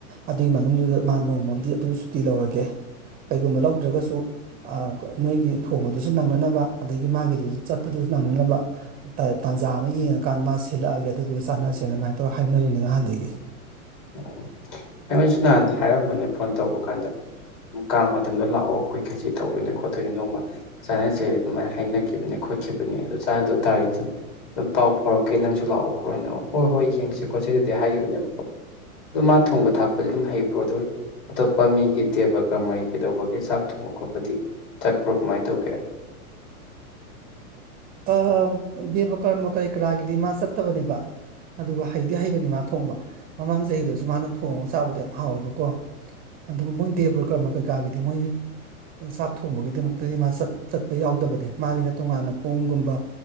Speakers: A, on the right; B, on the left.
A: ꯑꯗꯨꯒꯤ ꯃꯅꯨꯡꯗꯨꯗ ꯃꯥ ꯅꯣꯡꯃꯝꯗꯤ ꯑꯗꯨ ꯁꯨꯇꯤ ꯂꯧꯔꯒꯦ ꯀꯩꯒꯨꯝꯕ ꯂꯧꯗ꯭ꯔꯒꯁꯨ ꯑ ꯅꯣꯏꯒꯤ ꯊꯣꯡꯕꯗꯨꯁꯨ ꯅꯪꯅꯅꯕ ꯑꯗꯒꯤ ꯃꯥꯒꯤꯗꯨꯁꯨ ꯆꯠꯄꯗꯨꯁꯨ ꯅꯪꯅꯅꯕ ꯇ ꯇꯥꯟꯖꯥ ꯑꯃ ꯌꯦꯡꯉꯀꯥꯟ ꯃꯥ ꯁꯤꯜꯂꯛꯑꯒꯦ ꯑꯗꯨꯗꯨꯒ ꯆꯥꯟꯅꯁꯦꯅ ꯑꯗꯨꯃꯥꯏꯅ ꯇꯧꯔꯒ ꯍꯥꯏꯅꯔꯤꯅꯦ ꯉꯍꯥꯟꯗꯒꯤ
B: ꯎꯝ ꯑꯩꯉꯣꯟꯗꯁꯨ ꯅꯍꯥꯟ ꯍꯥꯏꯔꯝꯕꯅꯦ ꯐꯣꯟ ꯇꯧꯕ ꯀꯥꯟꯗ ꯑꯗꯨꯝ ꯀꯥꯡ ꯃꯇꯝꯗ ꯂꯥꯛꯑꯣ ꯑꯈꯣꯏ ꯈꯦꯖꯤ ꯇꯧꯗꯣꯏꯅꯦ ꯈꯣꯠꯇꯣꯏꯅꯦ ꯅꯣꯡꯃ ꯆꯥꯅꯁꯦ ꯑꯗꯨꯃꯥꯏꯅ ꯍꯥꯏꯅꯈꯤꯕꯅꯦ ꯈꯣꯠꯈꯤꯕꯅꯦ ꯑꯗꯨ ꯆꯥꯅꯗꯧ ꯇꯥꯔꯗꯤ ꯑꯗꯨꯝ ꯑꯗꯨꯝ ꯄꯥꯎ ꯐꯥꯎꯔꯛꯀꯦ ꯅꯪꯁꯨ ꯂꯥꯛꯑꯣ ꯈꯣꯔꯅ ꯍꯣꯏ ꯍꯣꯏ ꯌꯦꯡꯁꯦ ꯈꯣꯠꯆꯦ ꯑꯗꯨꯗꯤ ꯍꯥꯏꯈꯤꯕꯅꯦꯕ ꯑꯗꯨ ꯃꯥ ꯊꯣꯡꯕ ꯊꯥꯛꯄꯗꯤ ꯑꯗꯨꯝ ꯍꯩꯕ꯭ꯔꯣ ꯑꯗꯨꯒ ꯑꯇꯣꯞꯄ ꯃꯤꯒꯤ ꯗꯦꯕ ꯀꯃꯩ ꯀꯩꯗꯧꯕꯒꯤ ꯆꯥꯛ ꯊꯣꯡꯕ ꯈꯣꯠꯄꯗꯤ ꯆꯠꯄ꯭ꯔꯣ ꯀꯃꯥꯏꯟ ꯇꯧꯒꯦ
A: ꯑ ꯗꯦꯕ ꯀꯔꯃ ꯀꯔꯤ ꯀꯔꯥꯒꯤꯗꯤ ꯃꯥ ꯆꯠꯇꯕꯅꯦꯕ ꯑꯗꯨꯒ ꯍꯩꯗꯤ ꯍꯩꯕꯅꯤ ꯃꯥ ꯊꯣꯡꯕ ꯃꯃꯥꯡ ꯆꯍꯤꯗꯁꯨ ꯃꯥꯅ ꯊꯣꯡꯒ ꯆꯥꯕꯗꯣ ꯌꯥꯝ ꯍꯥꯎꯋꯦꯕꯀꯣ ꯑꯗꯨ ꯃꯣꯏ ꯗꯦꯕꯔ ꯀꯔꯃ ꯀꯩꯀꯥꯒꯤꯗꯤ ꯃꯣꯏꯗꯤ ꯆꯥꯛ ꯊꯣꯡꯕꯒꯤꯗꯃꯛꯇꯗꯤ ꯃꯥ ꯆꯠ ꯆꯠꯄ ꯌꯥꯎꯗꯕꯅꯦ ꯃꯥꯒꯤꯅ ꯇꯣꯉꯥꯟꯅ ꯄꯨꯡꯒꯨꯝꯕ